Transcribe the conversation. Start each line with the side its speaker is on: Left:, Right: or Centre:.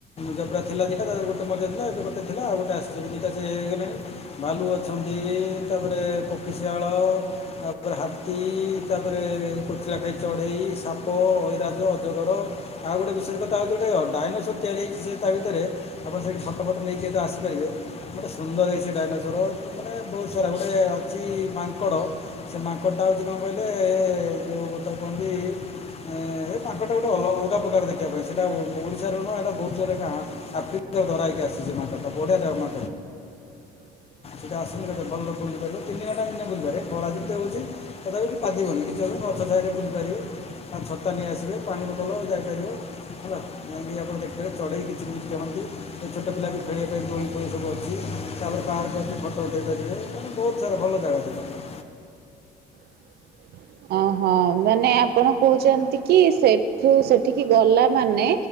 Left: ଜେବ୍ରାଥିଲା ଦେକଖା ତା ଗୋଟେ ମଜା ଥିଲା ଏ ଗୋ ଥିଲା ଆଉ ଗୋଟେ ଆସିଛି ଗଟେ ଏଇଟା ସେ ହେଇଗଲେଣି ଭାଲୁ ଅଛନ୍ତି, ତାପରେ କୋକିଶିଆଳ ତାପରେ ହାତ ତାପରେ କୋଚିଲା ଖାଇ ଚଢ଼େଇ ସାପ ଐରାଜ ଅଜଗର ଆଉ ଗୋ ବିଶେଷ କଥା ହଉଛି ଗୋଟେ ଡାଇନୋସର ତିଆରି ହେଇଛି ସେ ତା ଭିତରେ ଆପଣ ସେଇଠି ଫଟୋ ଫଟ ନେଇକି ଆସିପାରିବେ ଗୋଟେ ସୁନ୍ଦର ହେଇଛି, ଡାଇନସୋର ମାନେ ବହୁତ ସାରା ଗୋଟେ ଅଛି, ମାଙ୍କଡ଼ ସେ ମାଙ୍କଡ ଟା ହଉଛି କଣ କହିଲେ ଯୋଉ ଗୋଟେ କହନ୍ଦି ଏ ତାଙ୍କଟା ଗୋଟେ ଅଲଗା ପ୍ରକାର ଦେଖିବା ପାଇଁ ସେଇଟା ଓଶାର ନୁହଁ ଏଇଟା ବହୁତ ଜୁଡା ଧରାଇକି ଆସିଛି ମାଟା ବଢିଆ ମା
Right: <inaudible>
Left: ସେ ଆସୁ ଗେ ଭଲୁିବ ତିନି ଘଣ୍ ନେ ବୁଲିବ ଖରା ଯେମତି ହଉ ତ କଥାପିିବନିଛି ସାରେ ବୁଟି ପାରିବେ ଆଉ ଛରତା ନେଇ ଆସିବେ ପାଣି ଗୋଟଳ ଯାଇପାରିବ। ହେଲା ଯାଇକି ଆପଣ ଦେଖିବେ ଚଢେଇି କିଛି ବିଛି କନ୍ତି ଛୋଟ ପିଲା ବି ଖେଳିବା ପାଇଁ କ ପୁଣି ସବୁ ଅଛି ତାପରେ ପାର୍କ ଅଛି ଫଟୋ ଉଠାଇ ପାରିବେ ମାନେ ବହୁତ ସାରା ଭଲ ଜାଗା ସେ ତାକୁ
Right: <inaudible> ଓହୋ ମାନେ ଆପଣ କହୁଛନ୍ତି, କି ସେଠୁ ସେଠିକି ଗଲା ମାନେ